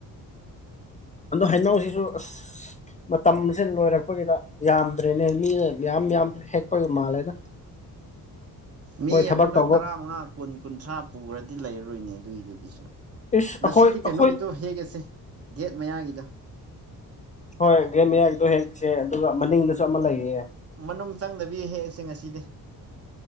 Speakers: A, on the left; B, on the right.
A: ꯑꯗꯣ ꯍꯩꯅꯥꯎꯁꯤꯁꯨ ꯑꯁ ꯃꯇꯝꯁꯦ ꯂꯣꯏꯔꯛꯄꯒꯤꯗ ꯌꯥꯝꯗ꯭ꯔꯦꯅꯦ ꯃꯤꯅ ꯌꯥꯝ ꯌꯥꯝ ꯍꯦꯛꯄꯒꯤ ꯃꯥꯜꯂꯦꯗ
B: ꯃꯤ
A: ꯃꯣꯏ ꯊꯕꯛ
B: ꯑꯃꯅ
A: ꯇꯧꯕ
B: ꯇꯔꯥꯃꯉꯥ ꯀꯨꯟ ꯀꯨꯟꯊ꯭ꯔꯥ ꯄꯨꯈ꯭ꯔꯗꯤ ꯂꯩꯔꯔꯣꯏꯅꯦ ꯑꯗꯨꯏꯗꯨꯗꯤꯁꯨ
A: ꯏꯁ
B: ꯉꯁꯤꯗꯤ
A: ꯑꯩꯈꯣꯏ ꯑꯩꯈꯣꯏ
B: ꯀꯩꯅꯣꯒꯤꯗꯣ ꯍꯦꯛꯒꯁꯦ ꯒꯦꯠ ꯃꯌꯥꯒꯤꯗꯣ
A: ꯍꯣꯏ ꯒꯦꯝ ꯃꯌꯥꯏꯗꯣ ꯍꯦꯛꯁꯦ ꯑꯗꯨꯒ ꯃꯅꯤꯡꯗꯁꯨ ꯑꯃ ꯂꯩꯌꯦ
B: ꯃꯅꯨꯡ ꯆꯪꯗꯕꯤ ꯍꯦꯛꯁꯦ ꯉꯁꯤꯗꯤ